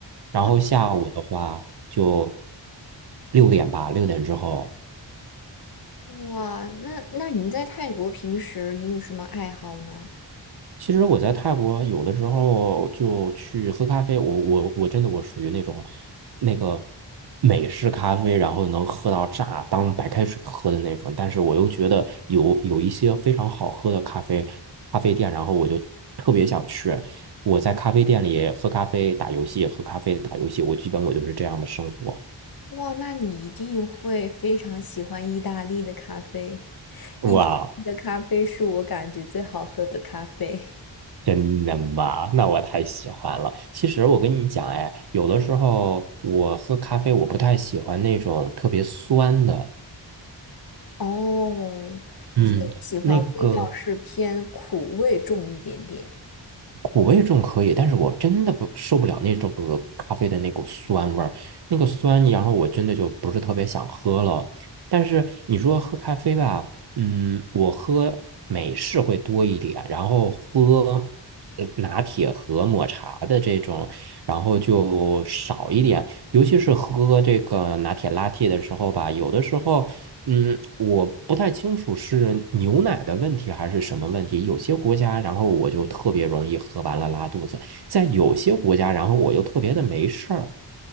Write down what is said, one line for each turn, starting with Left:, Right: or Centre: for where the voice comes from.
Right: 然后下午的话，
Left: 哇
Right: 就六点吧，六点之后。
Left: 哇，那那你在泰国平时你有什么爱好呢？
Right: 其实我在泰国有的时候就去喝咖啡，我我我真的我属于那种那个美式咖啡，然后能喝到炸，当白开水喝的那种。但是我又觉得有有一些非常好喝的咖啡咖啡店，然后我就特别想去。我在咖啡店里喝咖啡、打游戏，喝咖啡、打游戏，我基本我就是这样的生活。
Left: 哇，那你一定会非常喜欢意大利的咖啡，<laughs> 意大利的咖啡是我感觉最好喝的咖啡。
Right: 哇真的吗？那我太喜欢了。其实我跟你讲，哎，有的时候我喝咖啡，我不太喜欢那种特别酸的。
Left: <laughs> 哦，
Right: 嗯，
Left: 所以你喜欢味道是偏苦味重一点点。
Right: 那个苦味种可以，但是我真的不受不了那种个咖啡的那股酸味儿，那个酸，然后我真的就不是特别想喝了。但是你说喝咖啡吧，嗯，我喝美式会多一点，然后喝呃拿铁和抹茶的这种，然后就少一点。尤其是喝这个拿铁拉 a 的时候吧，有的时候嗯，我不太清楚是牛奶的问题还是什么问题。有些国家，然后我就特别容易喝完了拉肚子；在有些国家，然后我又特别的没事儿。